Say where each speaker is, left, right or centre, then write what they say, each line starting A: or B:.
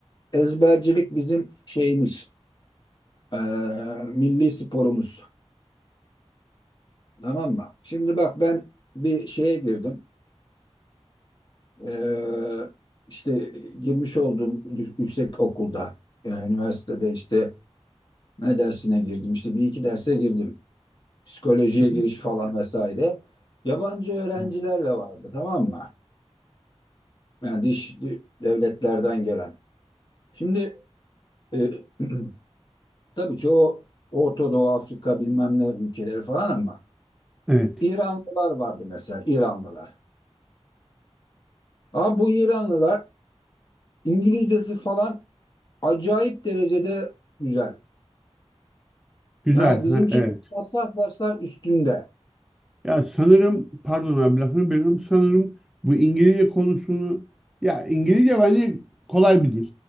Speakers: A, on the left; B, in the centre.
A: ezbercilik bizim şeyimiz eee, milli sporumuz tamam mı? Şimdi bak ben bir şeye girdim Eee, işte girmiş olduğum yü- yüksek okulda eee, üniversitede işte ne dersine girdim işte bir iki derse girdim psikolojiye
B: Hı
A: giriş
B: hı.
A: falan vesaire yabancı öğrenciler
B: Evet.
A: de vardı tamam mı? Yani diş devletlerden gelen. Şimdi e, <clears throat> Tabii çoğu Orta Doğu, Afrika bilmem ne ülkeleri falan ama
B: Evet.
A: İranlılar vardı mesela İranlılar. Ama bu İranlılar İngilizcesi falan acayip derecede güzel.
B: Güzel.
A: Yani bizimkiler
B: Ha, evet.
A: varsayf varsayf üstünde.
B: Ya sanırım pardon abi lafını bölüyorum. Sanırım bu İngilizce konusunu ya İngilizce bence kolay bir dil.